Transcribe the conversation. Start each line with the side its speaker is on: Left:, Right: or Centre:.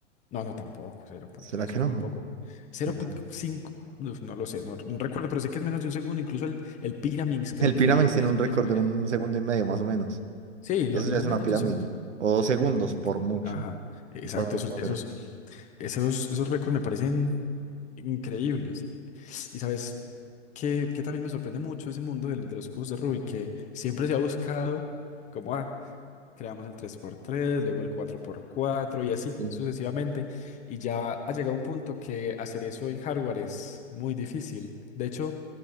Left: no, no, tampoco, cero punto,
Right: ¿Será
Left: eso
Right: que no?
Left: es muy poco. cero
Right: No
Left: punto
Right: sé.
Left: cinco no, no lo sé, no, no recuerdo, pero sé que es menos de un segundo, incluso el, el Pyraminx creo
Right: El
Left: que
Right: Pyraminx tiene
Left: es,
Right: un récord
Left: es-
Right: de
Left: eh,
Right: un segundo y medio, más o menos.
Left: sí, no,
Right: Eso
Left: no
Right: ya
Left: es
Right: es
Left: menos
Right: una pirámide.
Left: de un segundo.
Right: O dos segundos,
Left: Es
Right: por
Left: increíble.
Right: mucho.
Left: Ajá, exacto,
Right: No pasa mucho
Left: esos,
Right: más
Left: esos,
Right: allá.
Left: esos, esos récords me parecen increíbles. Y, y sabes que, que también me sorprende mucho ese mundo del- de, los cubos de Rubik, que siempre se ha buscado, como, ah, creamos el tres por tres luego el cuatro por cuatro y así
Right: Sí.
Left: sucesivamente. Y ya ha llegado un punto que hacer eso en hardware es muy difícil. De hecho,